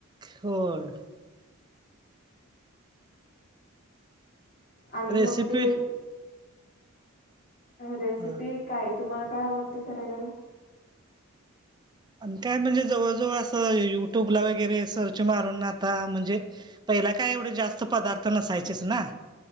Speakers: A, on the right; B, on the left.
A: ड
B: आणि
A: रेसिपी
B: मग ते रेसिपी
A: हा
B: काय तुम्हाला काय आवडते करायलाम
A: आणि काय म्हणजे जवळजवळ असं युट्यूबला वगैरे सर्च मारून आता म्हणजे पहिला काय एवढे जास्त पदार्थ नसायचेच ना